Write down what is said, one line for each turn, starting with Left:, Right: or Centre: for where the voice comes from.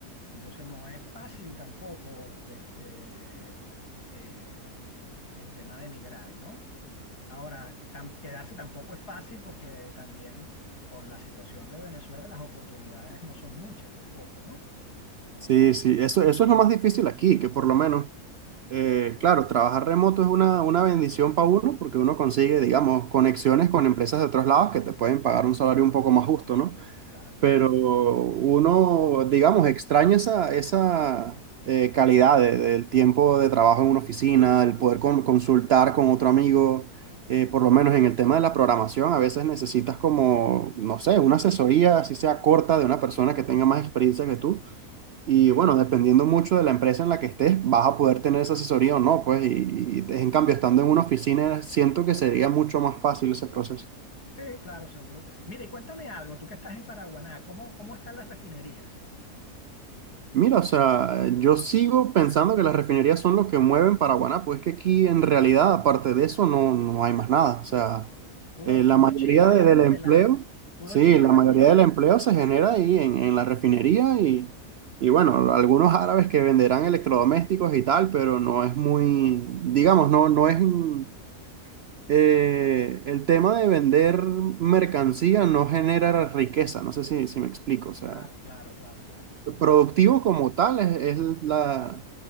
Left: entonces no es fácil tampoco este, eh, el tema de emigrar, ¿no? Ahora, eh, tam- quedarse tampoco es fácil porque también con la situación de Venezuela las oportunidades no son muchas tampoco, ¿no?
Right: Sí, sí, eso, eso es lo más difícil aquí, que por lo menos, eh, claro, trabajar remoto es una, una bendición para uno porque uno consigue, digamos, conexiones con empresas de otros lados que te pueden pagar un salario un poco más justo, ¿no?
Left: Claro.
Right: pero uno, digamos, extraña esa, esa eh, calidad de- del tiempo de trabajo en una oficina, el poder con- consultar con otro amigo, eh, por lo menos en el tema de la programación, a veces necesitas como, no sé, una asesoría, así sea corta, de una persona que tenga más experiencia que tú. Y bueno, dependiendo mucho de la empresa en la que estés, vas a poder tener esa asesoría o no, pues, y, y en cambio, estando en una oficina, siento que sería mucho más fácil ese proceso.
Left: Sí, claro, seguro que sí. Mira y cuéntame algo, tú que estás en Paraguaná, ¿cómo, cómo están las refinerías?
Right: Mira, o sea, yo sigo pensando que las refinerías son lo que mueven Paraguaná, pues es que aquí en realidad, aparte de eso, no, no hay más nada. O sea,
Left: Puro,
Right: eh, la
Left: puro
Right: mayoría
Left: chivo
Right: de-
Left: y arepa
Right: del empleo,
Left: pelada. Puro
Right: sí,
Left: chivo
Right: la
Left: y, a-
Right: mayoría
Left: y
Right: del empleo se genera ahí en, en la refinería y, y bueno, algunos árabes que venderán electrodomésticos y tal, pero no es muy, digamos, no, no es, mm, eh, el tema de vender mercancía no genera riqueza, no sé si, si me explico, o sea.
Left: Claro, claro, claro, claro.
Right: Productivo como tal es, es la,